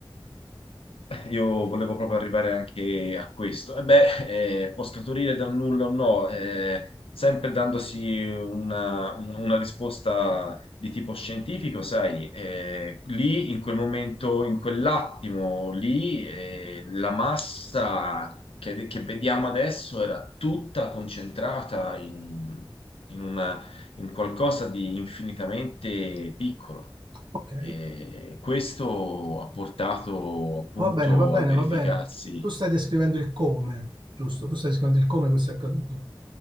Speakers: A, on the left; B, on the right.
A: Io volevo proprio arrivare anche a questo. E beh, eh, può scaturire dal nulla o no, eh, sempre dandosi una, un- una risposta di tipo scientifico, sai, eh, lì in quel momento, in quell'attimo lì, eh, la massa che, che vediamo adesso era tutta concentrata in, in una- in qualcosa di infinitamente piccolo.
B: Ok,
A: E questo ha portato appunto
B: Va bene, va bene,
A: al verificarsi,
B: va bene. Tu stai descrivendo il come, giusto? Tu stai descrivendo il come questo è accaduto.